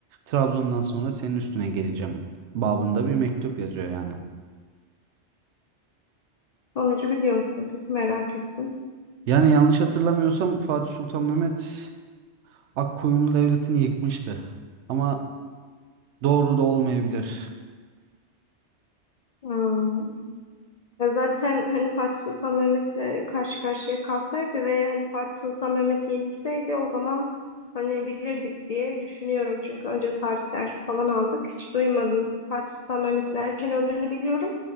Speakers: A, on the right; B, on the left.
A: Trabzon'dan sonra senin üstüne geleceğim babında bir mektup yazıyor yani.
B: Sonucu biliyor musun? Peki merak ettim.
A: Yani yanlış hatırlamıyorsam Fatih Sultan Mehmet Akkoyunlu Devleti'ni yıkmıştı. Ama Doğru da olmayabilir.
B: Hmm. Ya zaten hani Fatih Sultan Mehmet'le karşı karşıya kalsaydı ve hani Fatih Sultan Mehmet yenilseydi o zaman hani bilirdik diye düşünüyorum. Çünkü önce tarih dersi falan aldık. Hiç duymadım. Fatih Sultan Mehmet'in erken öldüğünü biliyorum.